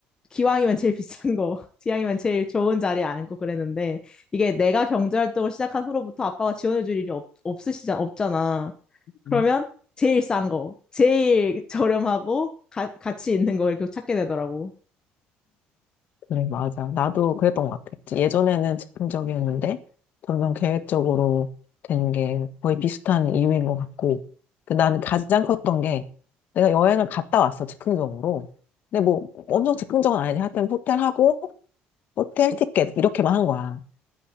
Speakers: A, on the left (about 20°); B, on the left (about 50°).
A: 기왕이면 제일 비싼 거, <laughs> 기왕이면 제일 좋은 자리에 앉고 그랬는데, 이게 내가 경제활동을 시작한 후로부터 아빠가 지원해줄 일이 없, 없으시잖아, 없잖아. 그러면
B: 음.
A: 제일 싼 거, 제일 저렴하고, 가, 가치 있는 걸 계속 찾게 되더라고.
B: 그래, 맞아. 나도 그랬던 것 같아. 예전에는 즉흥적이었는데, 점점 계획적으로 되는 게 거의 비슷한 이유인 것 같고. 그 나는 가장 컸던 게, 내가 여행을 갔다 왔어, 즉흥적으로. 근데 뭐, 엄청 즉흥적은 아니지. 하여튼 호텔 하고, 호텔 티켓 이렇게만 한 거야.